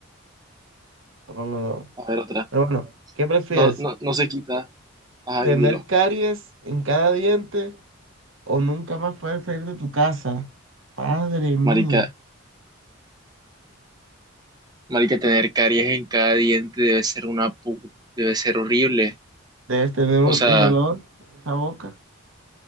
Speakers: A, on the right; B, on the right.
A: lo pongo de nuevo.
B: A ver, otra.
A: Pero bueno, ¿qué prefieres?
B: No, no, no se quita. Ah,
A: ¿Tener
B: dilo.
A: caries en cada diente o nunca más poder salir de tu casa? Madre mía,
B: Marica, marica, tener caries en cada diente debe ser una pu- debe ser horrible.
A: debes tener un,
B: O sea,
A: un olor en esa boca.